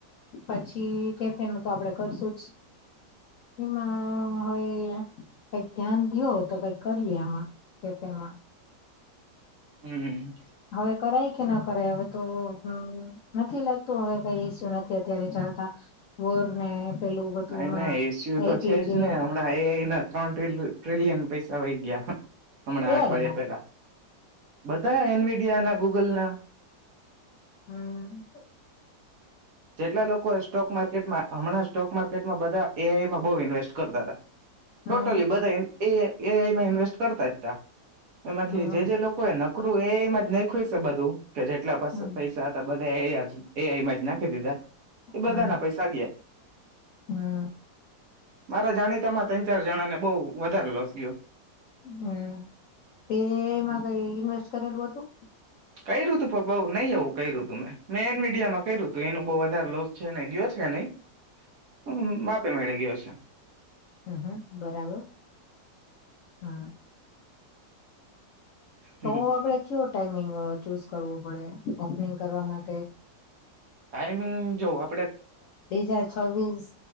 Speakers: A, on the left; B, on the right.
A: એ પછી કેફે નું તો આપડે કરશું જ. એમાં હવે કઈક ધ્યાન દો તો કઈક કરીએ આમાં કેફેમાં.
B: હમ
A: હવે કરાય કે ના કરે હવે તો હમ્મ નથી લાગતું હવે કઈ ઇસુએ નથી અત્યારે ચાલતા બોર ને પેલું બધું
B: નહીં
A: હમણાં
B: નહીં એ સી યુ તો
A: એલપીજી
B: છે જ ને હમણાં એ ના ત્રણ ટ્રિ-ટ્રિલિયન પૈસ સવાઈ ગયા હમણાં
A: એ
B: અઠવાડિયા
A: આઈ ના
B: પહેલા. બધા એન વીડિયા ના ગૂગલ ના.
A: હમ્મ.
B: જેટલા લોકો એ સ્ટોક માર્કેટમાં હમણાંજ સ્ટોક માર્કેટમાં બધા એ આઈ માં બહુ ઇન્વેસ્ટ કરતા તા.
A: હમ
B: ટોટલી બધા એ એ આઈ માં ઇન્વેસ્ટ કરતાય તા. એમાંથી
A: હમ
B: જે જે લોકો એ નકરું એમાં જ નહીં ખુઈશે બધું. કે જેટલા
A: હમ
B: પૈસા હતા બ ધા એ હાજે. એ આઈ માંજ <inaudible> ઈ બધા
A: હમ
B: ના પૈસા ગિયા.
A: હમ
B: મારા જાણીતામાં ત્રણ ચાર જણા ને બહુ વધારે લોસ ગયો
A: હમ્મ. તે મા કઈ ન્વેસ્ટ કરેલું હતું?
B: ક્યું તું પપ્પ નહી એવું ક્યું હતું મેં મેન મીડિયામાં ક્યું તું એનું બઉ વધારે લોસ છે ને ગયો છે નહી. અમ્મ માપે મેળી ગયો છે.
A: હમ્મ, હમ્મ બરાબર. હમ્મ.
B: હમ
A: તો આપડે કેઓ ટાઈમિંગ અહ ચૂઝ કરવો પડે, ઓપનિંગ કરવા માટે?
B: ટાઈમિંગ જો આપ
A: બે હજાર છ્વીસ